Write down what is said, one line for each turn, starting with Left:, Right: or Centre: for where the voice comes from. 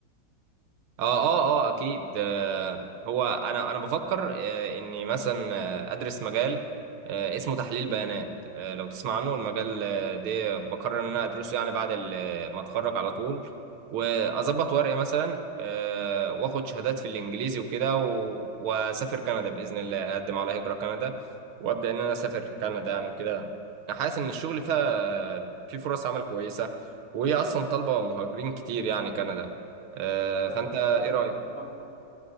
Right: اه اه اه اكيد آه، هو انا انا بفكر آه، اني مثلا آه، ادرس مجال آه، اسمه تحليل بيانات آه، لو تسمع عنه المجال آه، ده بقرر ان انا ادرسه يعني بعد ال- آه، ما اتخرج على طول واظبط ورقي مثلا آه، واخد شهادات في الانجليزي وكده و- واسافر كندا باذن الله اقدم على هجرة كندا وابدا ان انا اسافر كندا يعني وكده حاسس ان الشغل فيها آه، في فرص عمل كويسة وهي اصلا طالبة مهاجرين كتير يعني كندا آه،
Left: كندا
Right: فانت
Left: كانت
Right: ايه
Left: فعلا
Right: رأيك
Left: كانت طالبة